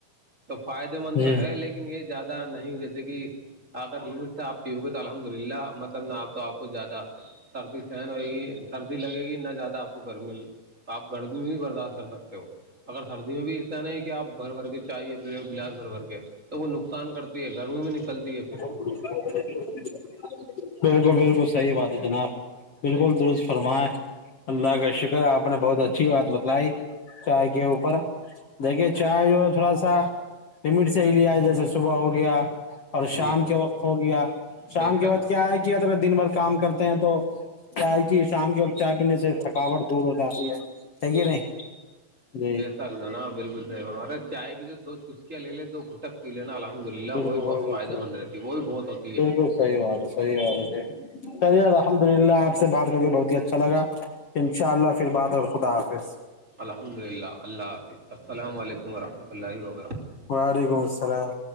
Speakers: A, on the right (about 20°); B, on the left (about 50°).
A: تو فائدے مند
B: جی
A: تو ہے لیکن یہ زیادہ نہیں جیسے کہ اگر لمٹ سے آپ کی ہوگی تو الحمد للہ مطلب مطلب نہ آپ تو آپ کو زیادہ سرتی سہن ہوئے گی <unintelligible> سردی لگے گی نہ زیادہ آپ کو گرمی تو آپ گردمی میں بھی برداشت کر سکتے ہو اگر سردی میں بھی ایسر نہیں ہے کہ آپ بھر بھر کے چاہی یا پھر گلاس بھر بھر کے تو وہ نقصان کرتی ہے گرمی میں نکلتی ہے پھر
B: ب <unintelligible> بالکل بالکل صحیح بات ہے جناب بالکل درست فرمائے اللہ کا شکر آپ نے بہت اچھی بات بتلائی چائے کے اوپر دیکھیے چائے جو ہے تھوڑا سا لمٹ سے ہی لیا جس صبح ہو گیا اور شام
A: جی
B: کے وقت ہو گیا شام
A: بے
B: کے
A: شک
B: وقت کیا ہے کہ ار دن بھر کام کرتے ہیں تو کیا ہے جی شام کے وقت چائے پینے سے تھکاوٹ دور ہو جاتی ہے چ ہے نہیں جی
A: س نا بالکل صح بارے چائے کی جو دو چسکیا لے لے دو گ تک پی لینا الحمد للہ
B: بالکل
A: وہ بھی بہت
B: بالکل
A: فائدے مند
B: صحیح
A: رہتی ہے وہ بھی بہت ہوتی
B: بالکل
A: ہے
B: صحیح بات ہے صح بات ہے چلیے الحمد للہ آپ سے بات کر کے بہت ہی اچھا لگا ان شاء اللہ پھر بات اور خدا حاظ
A: الحمد للہ اللہ حافظ السلام علیکم و رحمۃ اللہ و برکاتہ
B: وعلیکم السلام